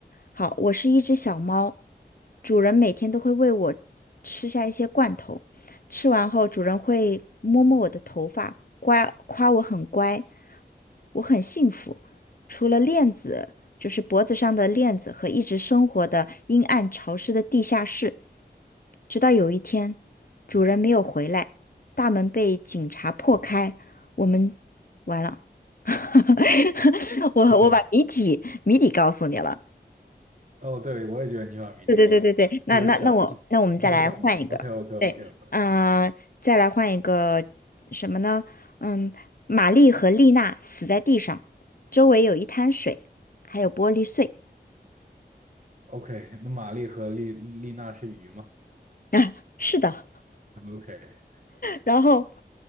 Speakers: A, on the left; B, on the right.
A: 好，我是一只小猫，主人每天都会喂我吃下一些罐头，吃完后主人会摸摸我的头发，乖，夸我很乖，我很幸福。除了链子，就是脖子上的链子和一直生活的阴暗潮湿的地下室，直到有一天，主人没有回来，大门被警察破开，我们完了。<laughs> 我我把谜底谜底告诉你了。
B: OK，哦，对，我也觉得尼玛米莉高斯这个小这这个小嘛
A: 对对对对对，那那那我那我们再来换一个，
B: o k o k o
A: 对，
B: k o k
A: 嗯，再来换一个什么呢？嗯，玛丽和丽娜死在地上，周围有一滩水，还有玻璃碎。
B: OK，那玛丽和丽丽娜是鱼吗
A: <laughs> 啊，是的，
B: ？OK，
A: 然后